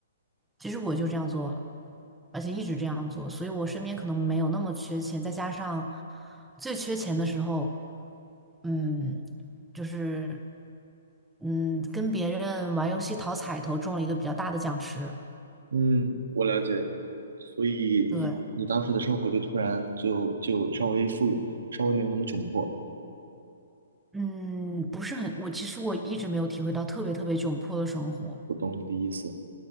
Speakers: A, in the centre; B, on the right (about 80°).
A: 其实我就这样做了，而且一直这样做，所以我身边可能没有那么缺钱。再加上最缺钱的时候，嗯，就是嗯，跟别人玩游戏讨彩头中了一个比较大的奖池。
B: 嗯，我了解。所以你你当时的生活就突然就就稍微富裕，
A: 对，
B: 稍微没有那么窘迫了。
A: 嗯，不是很，我其实我一直没有体会到特别特别窘迫的生活，
B: 我懂你的意思。